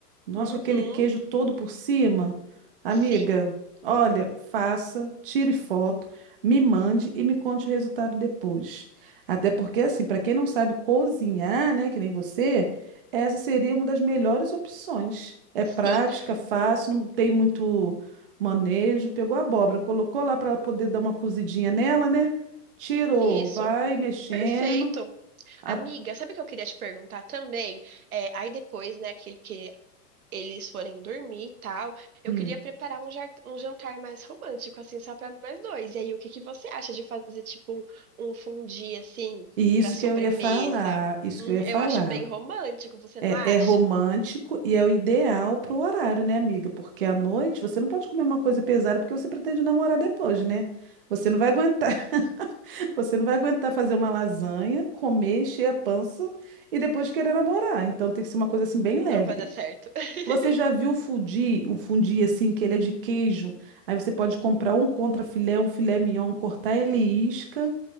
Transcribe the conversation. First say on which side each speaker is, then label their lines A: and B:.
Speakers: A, on the right; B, on the right.
A: Nossa,
B: Uhum,
A: com aquele queijo todo por cima. Amiga,
B: sim,
A: olha, faça, tire foto, me mande e me conte o resultado depois. Até porque, assim, para quem não sabe cozinhar, né, que nem você, essa seria uma das melhores opções. É
B: sim.
A: prática, fácil, não tem muito manejo. Pegou a abóbora, colocou lá para poder dar uma cozidinha nela, né? Tirou,
B: Isso.
A: vai mexendo.
B: Perfeito.
A: a-
B: Amiga, sabe o que eu queria te perguntar também? É, aí depois, né, que, que eles forem dormir e tal, eu
A: Hum,
B: queria preparar um, jar- um jantar mais romântico, assim, só para nós dois. E aí, o que que você acha de fazer, tipo, um um fondue, assim,
A: E isso
B: para sobremesa?
A: que eu ia falar, isso
B: Hum,
A: que eu ia
B: eu
A: falar.
B: acho bem romântico, você
A: É,
B: não acha?
A: é romântico e é o ideal pro horário, né, amiga? Porque à noite você não pode comer uma coisa pesada porque você pretende namorar depois, né? Você não vai aguentar, <laughs> você não vai aguentar fazer uma lasanha, comer, encher a pança e depois querer namorar. Então tem que ser uma coisa assim bem
B: Não
A: leve.
B: vai dar certo. <laughs>
A: Você já viu fundi, um fundi assim que ele é de queijo? Aí você pode comprar um contra filé, um filé mignon, cortar ele em isca